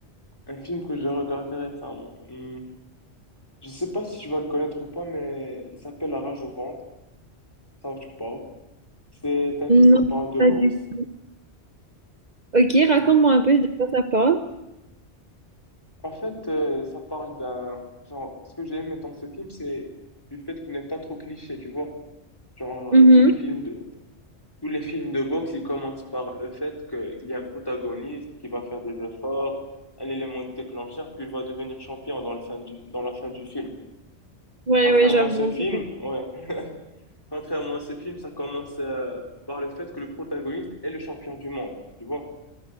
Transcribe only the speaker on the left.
un film que j'ai regardé récemment. hmm, je sais pas si tu vas le connaître ou pas, mais il s'appelle La Rage au ventre, South Park. C'est un film
qui parle de
boxe.
C'est
un film
En fait, euh, ça parle d'un genre. Ce que j'ai aimé dans ce film, c'est du fait qu'il n'est pas trop cliché, tu vois. Genre
euh, tous les films de tous les films de boxe, ils commencent par le fait que qu'il y a un protagoniste qui va faire des efforts, un élément déclencheur, puis il va devenir champion dans le fin du dans la fin du film.
Contrairement
à ce film,
ouais. <laughs> Contrairement à ce film, ça commence euh, par le fait que le protagoniste est le champion du monde, tu vois.